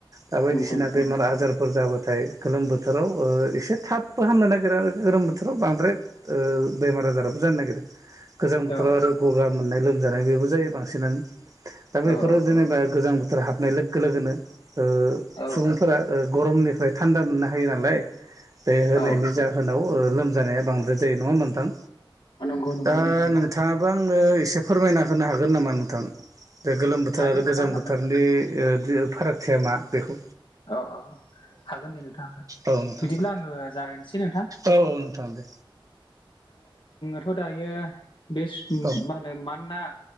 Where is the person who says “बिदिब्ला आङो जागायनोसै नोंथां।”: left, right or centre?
Left